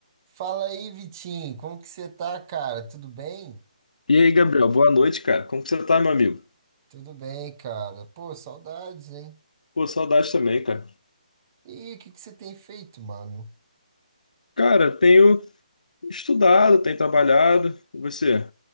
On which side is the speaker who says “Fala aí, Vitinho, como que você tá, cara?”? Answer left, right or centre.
Right